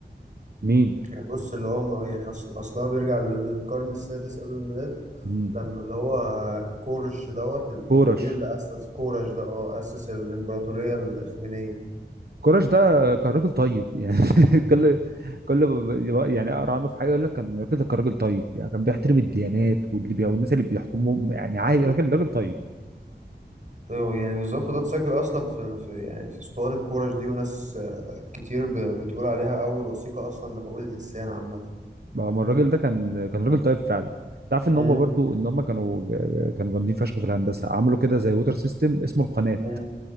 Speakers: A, on the right; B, on the right.
A: مين
B: يعني بص اللي هو م- يعني أصل أصلها بيرجع لل- للقرن السادس قبل الميلاد
A: مم.
B: لما اللي هو كورش دوت ال- الكبير
A: كورش
B: اللي أسس كورش ده اه أسس الإمبراطورية الإخمينية
A: كراش ده كان راجل طيب يعني <laughs> كل كل ما ب- يعني اقرا عنه في حاجه يقول لك كان الراجل ده كان راجل طيب يعني كان بيحترم الديانات واللي بي... والناس اللي بيحكمهم يعني عادي
B: مم.
A: راجل راجل طيب
B: أه، يعني بالظبط ده اتسجل اصلا في, في يعني في اسطوانه كورش دي وناس آه، كتير ب- بتقول عليها اول وثيقه اصلا لحقوق الانسان عامه
A: ما ما الراجل ده كان كان راجل طيب فعلا تعرف ان
B: مم.
A: هم برضو ان هم كانوا كانوا جامدين فشخ في الهندسه عملوا كده زي ووتر سيستم اسمه القناه
B: مم.